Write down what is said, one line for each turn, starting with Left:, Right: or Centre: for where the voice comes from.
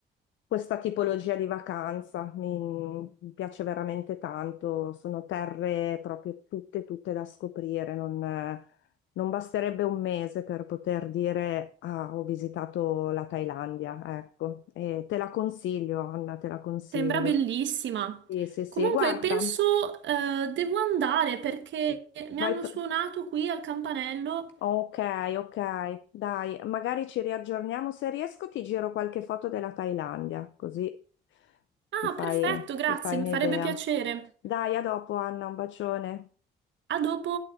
Left: questa tipologia di vacanza. Mi, mi piace veramente tanto. Sono terre proprio tutte, tutte da scoprire. Non, eh, non basterebbe un mese per poter dire ah, ho visitato la Thailandia. Ecco, E te la consiglio, Anna, te la consiglio.
Right: Sembra bellissima.
Left: Sì, sì, sì,
Right: Comunque
Left: guarda,
Right: penso eh, devo andare perché mi
Left: vai.
Right: hanno
Left: tra-
Right: suonato qui al campanello.
Left: Ok, ok, dai, magari ci riaggiorniamo. Se riesco, ti giro qualche foto della Thailandia, così
Right: Ah,
Left: ti fai,
Right: perfetto, grazie,
Left: ti fai
Right: mi
Left: un'idea.
Right: farebbe piacere.
Left: Dai, a dopo, Anna, un bacione.
Right: A dopo.